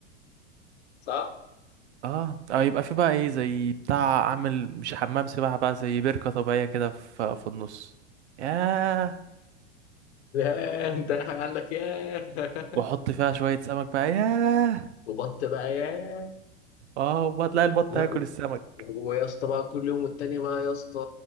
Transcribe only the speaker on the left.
صح
ياه انت اي حاجه عندك ياه <laughs>
وبط بقى ياه
لا
و-
ويا اسطى بقى كل يوم والتاني بقى يا اسطى